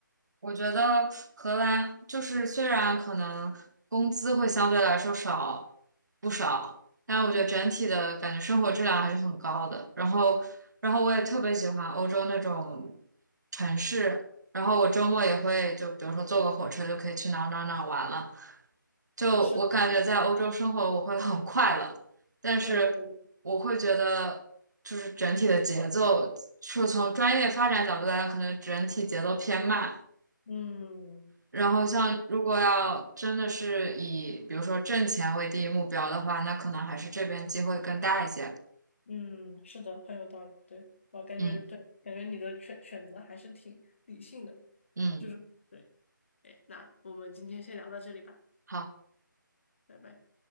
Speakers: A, on the right; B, on the left.
A: 我觉得荷兰就是虽然可能工资会相对来说少不少，但是我觉得整体的感觉生活质量还是很高的。
B: 嗯。
A: 然后，然后我也特别喜欢欧洲那种城市。然后我周末也会就比如说坐个火车就可以去哪儿哪儿哪儿玩了。就我感觉在欧洲生活我会很快乐，
B: 是的，
A: 但是我会觉得就是整体的节奏，
B: 对，对
A: 就从专业发展角度来讲，可能整体节奏偏慢。
B: 嗯
A: 然后像如果要真的是以比如说挣钱为第一目标的话，那可能还是这边机会更大一些。
B: 嗯，是的，很有道理。对，我感觉对，
A: 嗯
B: 感觉你的选选择还是挺理性的，
A: 嗯。
B: 就是对。哎，那我们今天先聊到这里吧，
A: 好。
B: 拜拜。